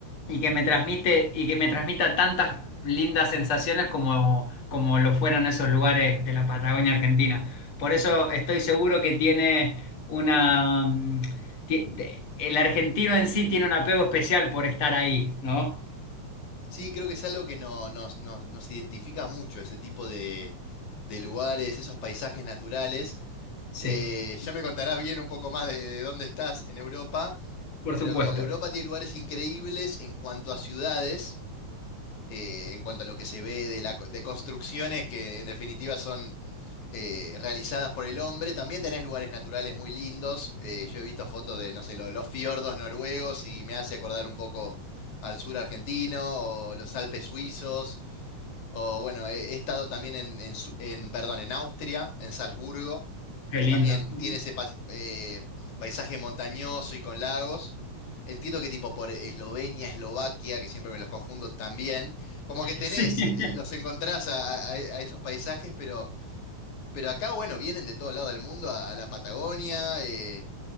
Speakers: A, on the left; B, on the left.
A: y que me transmite y que me transmita tantas lindas sensaciones como, como lo fueron esos lugares de la Patagonia Argentina. Por eso estoy seguro que tiene una... mm, ti- de- el argentino en sí tiene un apego especial por estar ahí, ¿no?
B: Sí, creo que es algo que no, nos, nos, nos identifica mucho, ese tipo de, de lugares, esos paisajes naturales. Eh,
A: Sí,
B: ya me contarás bien un poco más de, de dónde estás en Europa,
A: por
B: pero
A: supuesto.
B: como que Europa tiene lugares increíbles en cuanto a ciudades, eh, en cuanto a lo que se ve de, la co- de construcciones que en definitiva son eh, realizadas por el hombre. También tenés lugares naturales muy lindos. Eh, yo he visto fotos de, no sé, lo- los fiordos noruegos y me hace acordar un poco al sur argentino o los Alpes suizos. O bueno, he, he estado también en, en, Su- en, perdón, en Austria, en Salzburgo,
A: Qué
B: que
A: lindo.
B: también
A: <laughs>
B: tiene ese pas- eh, paisaje montañoso y con lagos. Entiendo que tipo por Eslovenia, Eslovaquia, que siempre me los confundo también. Como que tenés,
A: Sí,
B: eh, los encontrás a, a- a esos paisajes, pero, pero acá, bueno, vienen de todo lado del mundo, a, a la Patagonia, eh,